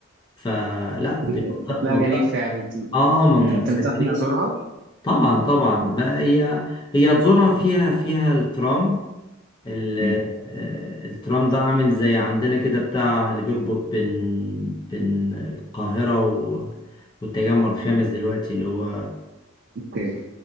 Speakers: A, on the left (about 20°); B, on the right (about 55°).
A: فلا
B: دي
A: دي
B: فين؟ شكلها
A: منطقة
B: جميل فعلا تن-
A: اه منطقة
B: مم. تنصحني
A: سكنية
B: أزورها؟
A: طبعا طبعا ما هي هي تزورها فيها فيها الترام ال-
B: مم.
A: آه، الترام ده عامل زي عندنا كده بتاع اللي بيربط بين بين القاهرة و- والتجمع الخامس دلوقتي اللي هو
B: أوكي